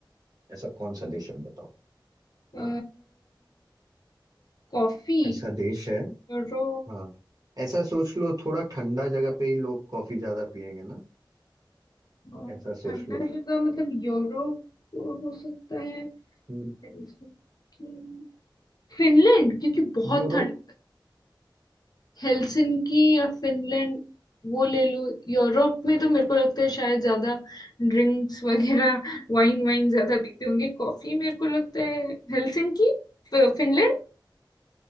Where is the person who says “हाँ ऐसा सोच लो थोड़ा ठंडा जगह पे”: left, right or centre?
Right